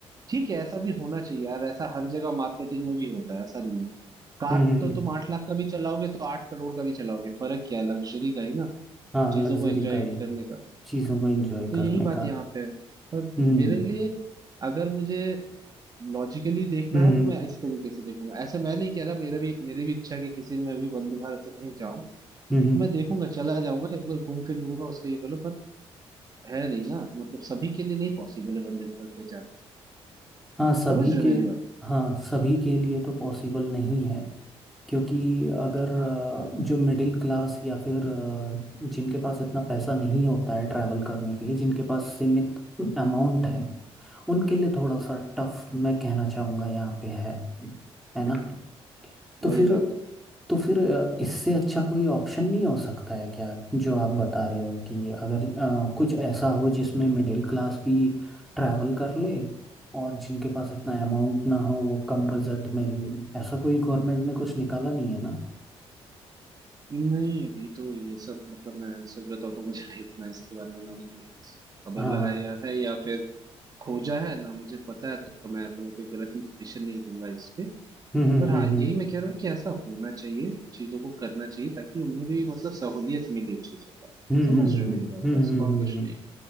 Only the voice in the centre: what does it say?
हम्म हम्म,
हम्म।
हाँ
लग्जरी
का ही
चीज़ों को एंजॉय
करने
का
हम्म
हम्म
हम्म
हम्म, हम्म।
हाँ सभी
के
हाँ सभी के लिए तो पॉसिबल नहीं है क्योंकि अगर अ,
जो मिडिल क्लास या फिर अ, जिनके पास इतना पैसा नहीं होता है ट्रैवल करने के लिए जिनके पास सीमित अमाउंट है उनके लिए थोड़ा सा टफ मैं कहना चाहूँगा यहाँ पे है है ना तो
फिर
तो फिर अ, इससे अच्छा कोई ऑप्शन नहीं हो सकता है क्या जो आप बता रहे हो कि अगर अ, कुछ ऐसा हो जिसमें मिडिल क्लास भी ट्रैवल कर ले और जिनके पास इतना अमाउंट ना हो वो कम बजट में भी ऐसा कोई गवर्नमेंट ने कुछ निकाला नहीं है ना
हाँ
हम्म हम्म
हम्म
हम्म
हम्म
हम्म
हम्म
हम्म, हम्म, हम्म।
हम्म, हम्म।